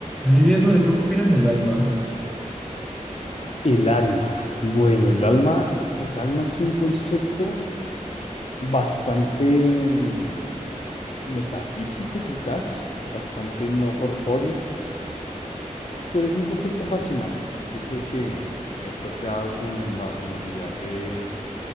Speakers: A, in the centre; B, on the left (about 50°).
A: Oye, Edward, ¿tú qué opinas del alma?
B: El alma. Bueno, el alma, el alma es un concepto bastante mm, metafísico, quizás, bastante no corpóreo, pero es un concepto fascinante. Yo creo que eh, fue creado con la finalidad de